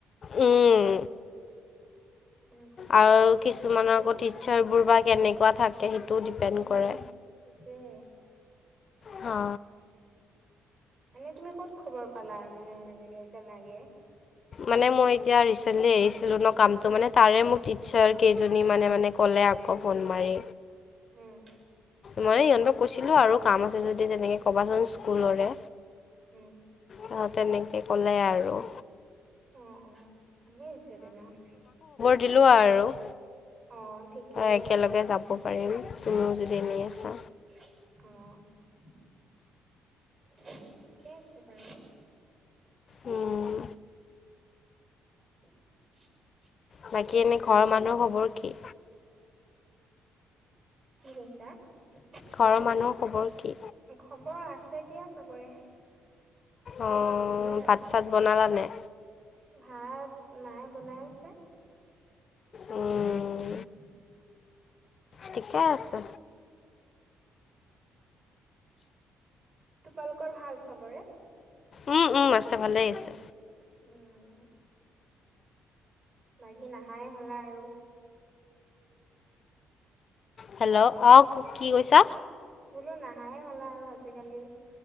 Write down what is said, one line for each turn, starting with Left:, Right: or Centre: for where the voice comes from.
Left: উম।
Right: এনেকুৱা
Left: আৰু কিছুমানৰ আগত টিচাৰবোৰ বা কেনেকুৱা থাকে সেইটোও ডিপেণ্ড
Right: উম
Left: কৰে।
Right: সেইটোয়ে
Left: হা
Right: এনেই তুমি ক'ত খবৰ পালা মানে এনেকে যে লাগে?
Left: মানে মই এতিয়া ৰিচেন্টলি এৰিছিলো ন কামটো মানে তাৰে মোক টিচাৰ কেইজনীমানে মানে ক'লে আ অ ফোন মাৰি।
Right: উম।
Left: মানে সিহঁতক কৈছিলো আৰু কাম আছে যদি তেনেকে কবাচোন স্কুলৰে।
Right: উম
Left: অ তেনেকে ক'লে আৰু।
Right: অ অ ভালেই হৈছে তেনেহ'লে।
Left: দিলো আৰু
Right: অ ঠিকেই
Left: একেলগে
Right: আছে
Left: যাব পাৰিম।
Right: <unintelligible>
Left: যদি এনেই আছা
Right: অ। <unintelligible> ঠিকে আছে বাৰু।
Left: উম।
Right: <unintelligible>
Left: বাকী এনেই ঘৰৰ মানুহৰ খবৰ কি?
Right: কি কৈছা? খবৰ
Left: ঘৰৰ মানুহৰ কি
Right: আছে এতিয়া চবৰে।
Left: অঁ
Right: ভালেই আৰু।
Left: ভাত চাত বনালানে
Right: ভাত মায়ে বনাই আছে।
Left: উম।
Right: <unintelligible>
Left: ঠিকে আছে।
Right: তোমালোকৰ ভাল চবৰে?
Left: উম উম আছে ভালেই আছে।
Right: উম, বাকী নাহায়ে হ'লা আৰু।
Left: হেল্ল' অ কি কৈছা?
Right: বোলো নাহায়ে হ'লা আৰু আজিকালি।